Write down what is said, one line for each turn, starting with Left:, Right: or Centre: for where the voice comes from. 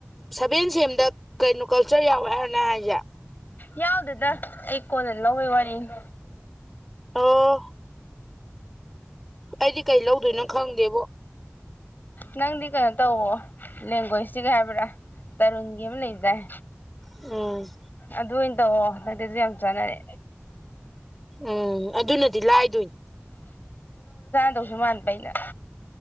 Centre: ꯁꯚꯦꯟ ꯁꯦꯝ ꯑꯦꯝꯗ ꯀꯩꯅꯣ ꯀꯜꯆꯔ ꯌꯥꯎꯋꯦ ꯍꯥꯏꯔꯅ ꯍꯥꯏꯁꯦ
Left: ꯌꯥꯎꯗꯗ ꯑꯩ ꯀꯣꯟꯅ ꯂꯧꯋꯦ ꯋꯥꯔꯤꯅꯤ
Centre: ꯑꯣ ꯑꯩꯗꯤ ꯀꯩ ꯂꯧꯗꯣꯏꯅꯣ ꯈꯪꯗꯦꯕꯣ
Left: ꯅꯪꯗꯤ ꯀꯩꯅꯣ ꯇꯧꯑꯣ ꯂꯦꯡꯒ꯭ꯣꯏꯦꯖꯁꯤꯒ ꯍꯥꯏꯕ꯭ꯔꯥ ꯇꯔꯨꯟꯒꯤ ꯑꯃ ꯂꯩꯕꯗꯏ
Centre: ꯎꯝ
Left: ꯑꯗꯨ ꯑꯣꯏꯅ ꯇꯧꯔꯑꯣ ꯍꯟꯗꯛꯇꯤ ꯑꯗꯨ ꯌꯥꯝ ꯆꯥꯅꯔꯦ
Centre: ꯎꯝ ꯑꯗꯨꯅꯗꯤ ꯂꯥꯏꯗꯣꯏ
Left: ꯇꯧꯁꯨ ꯃꯥꯟꯕ ꯑꯩꯅ